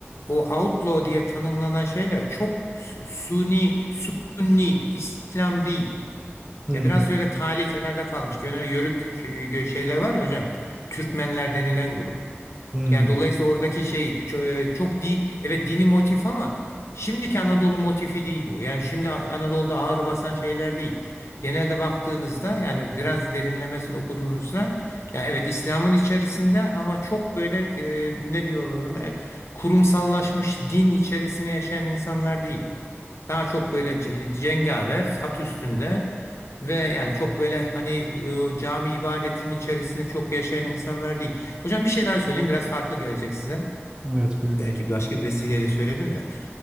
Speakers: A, on the left; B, on the right.
A: o outlaw diye tanımlanan şeyler çok sü- suni, sunni İslam değil.
B: Hmm,
A: Ya biraz böyle tali kenarda kalmış. Gene yörük kö- gö- şeyler var ya hocam. Türkmenler denilen grup.
B: hmm.
A: Yani dolayısıyla oradaki şey çö- çok değil. Evet dini motif ama şimdiki Anadolu motifi değil bu. Yani şimdi Anadolu'da ağır basan şeyler değil. Genelde baktığınızda yani biraz derinlemesine okuduğunuzda ya evet İslam'ın içerisinde ama çok böyle e, ne diyorlar ona E, kurumsallaşmış din içerisinde yaşayan insanlar değil. Daha çok böyle c- cengaver at üstünde ve yani çok böyle hani e, cami ibadetinin içerisinde çok yaşayan insanlar değil. Hocam bir şey daha söyleyeyim biraz farklı gelecek size.
B: Evet buyurun
A: Belki
B: hocam.
A: başka bir vesileyle söyledim de.